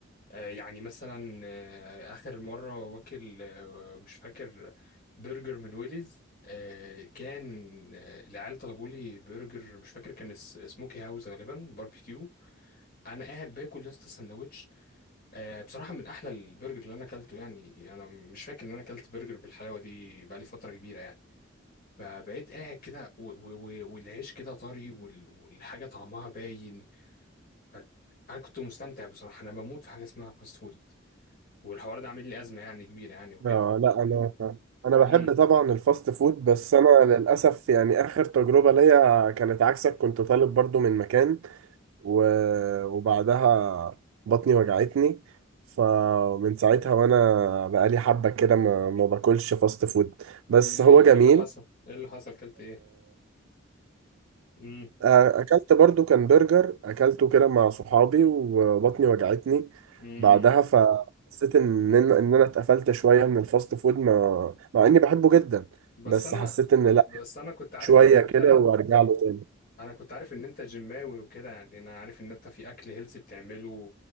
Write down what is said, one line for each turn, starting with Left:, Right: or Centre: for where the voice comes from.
Left: آه يعني مثلا آه اخر مره واكل آه مش فاكر برجر من ويليز آه كان آه العيال طلبوا لي برجر مش فاكر كان اس- سموكي هاوس غالبا باربيكيو انا قاعد باكل يا اسطى السندوتش آه، بصراحة من أحلى البرجر اللي أنا أكلته يعني أنا مش فاكر إن أنا أكلت برجر بالحلاوة دي بقالي فترة كبيرة يعني فبقيت قاعد كده و- و- و- والعيش كده طري وال- والحاجة طعمها باين ف- أنا كنت مستمتع بصراحة أنا بموت في حاجة اسمها فاست فود والحوار ده عامل لي أزمة يعني كبيرة يعني وكده
Right: آه لا انا انا بحب
Left: امم
Right: طبعا الفاست فود بس انا للاسف يعني اخر تجربه ليا كانت عكسك كنت طالب برضو من مكان و- وبعدها بطني وجعتني فمن ساعتها وانا بقالي حبة كده ما, ما باكلش فاست فود بس
Left: دي إيه
Right: هو جميل
Left: إيه اللي حصل؟ إيه اللي حصل؟ أكلت إيه؟ امم
Right: آه، اكلت برضو كان برجر اكلته كده مع صحابي وبطني وجعتني
Left: امم
Right: بعدها فحسيت ان ان إن انا اتقفلت شوية من الفاست فود ما مع اني بحبه جدا
Left: بس
Right: بس
Left: أنا
Right: حسيت ان لا
Left: بس أنا كنت عارف
Right: شوية
Left: إن أنت
Right: كده وارجع له تاني
Left: انا كنت عارف ان انت جيماوي وكده يعني انا عارف ان انت في اكل هيلثي بتعمله